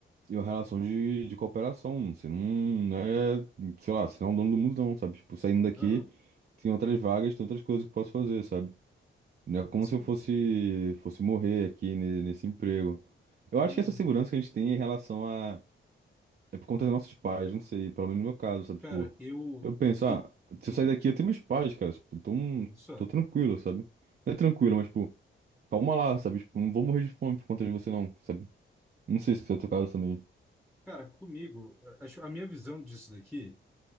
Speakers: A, on the right; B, in the centre.
A: E uma relação de, de cooperação. Você não é, sei lá, você não é o dono do mundo, não, sabe? Tipo, saindo daqui,
B: Aham.
A: tem outras vagas, tem outras coisas que posso fazer, sabe? Não é como
B: Sim.
A: se eu fosse, fosse morrer aqui ne- nesse emprego. Eu
B: Hum.
A: acho que essa segurança que a gente tem em relação a. É por conta dos nossos pais, não sei, pelo menos no meu caso, sabe? Tipo,
B: Cara, eu
A: eu penso,
B: e-
A: ah, se
B: hum,
A: eu sair daqui, eu tenho meus pais, cara. Tipo, então,
B: isso é.
A: tô tranquilo, sabe? Não é tranquilo, mas, tipo, calma lá, sabe? Tipo, não vou morrer de fome por conta de você, não, sabe? Não sei se é o teu caso também.
B: Cara, comigo, acho, a minha visão disso daqui